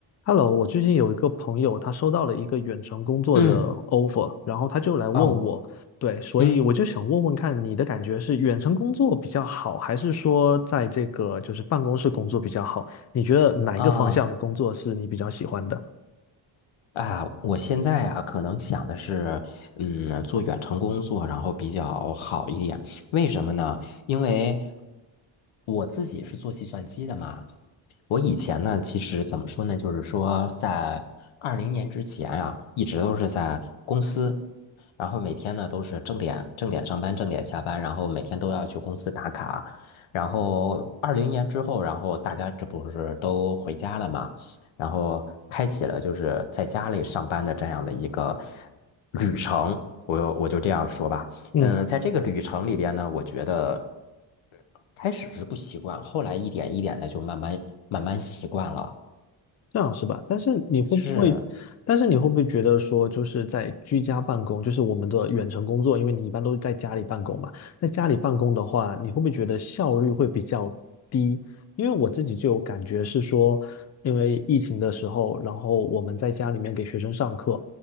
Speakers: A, on the left; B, on the left.
A: Hello，我最近有一个朋友，他收到了一个远程工作的
B: 嗯，
A: offer，然后他就来问我，
B: 哦，
A: 对，所以我就想问问看，
B: 嗯
A: 你的感觉是远程工作比较好，还是说在这个就是办公室工作比较好？你觉得哪一个方向的工作是你比较喜欢的？
B: 啊啊，我现在啊，可能想的是，嗯，做远程工作，然后比较好一点。为什么呢？因为我自己是做计算机的嘛，我以前呢，其实怎么说呢，就是说在二零年之前啊，一直都是在公司，然后每天呢都是正点正点上班，正点下班，然后每天都要去公司打卡。然后二零年之后，然后大家这不是都回家了嘛，然后开启了就是在家里上班的这样的一个旅程，我我就这样说吧。
A: 嗯。
B: 嗯，在这个旅程里边呢，我觉得开始是不习惯，后来一点一点的就慢慢慢慢习惯了。
A: 这样是吧？但是你会不会，
B: 是，
A: 但是你会不会觉得说，就是在居家办公，就是我们的远程工作，因为你一般都是在家里办公嘛，在家里办公的话，你会不会觉得效率会比较低？因为我自己就有感觉是说，因为疫情的时候，然后我们在家里面给学生上课，